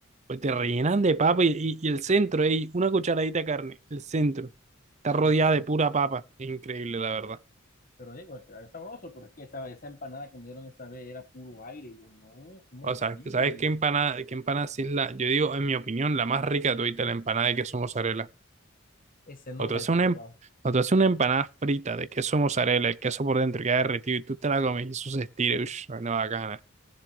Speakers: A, on the right; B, on the left.
A: Pues te rellenan
B: Sí,
A: de papa y, y- y el centro, ey, una cucharadita de carne, el centro. Está
B: sí,
A: rodeada
B: la-
A: de pura papa. Increíble, la verdad.
B: pero digo, es que es sabroso, pero es que esa, esa empanada que me dieron esa vez era puro aire. Y yo, no, ¿cómo
A: O
B: así?
A: sea,
B: Y
A: ¿sabes qué empanada, qué empanada sí es la, yo digo, en mi opinión, la más rica de todita, la empanada de queso mozzarella?
B: ese no
A: O tú
B: la
A: haces
B: he probado.
A: una, em- o tú haces una empanada frita de queso mozzarella, el queso por dentro queda derretido y tú te la comes y eso se estira, ush, no, bacana.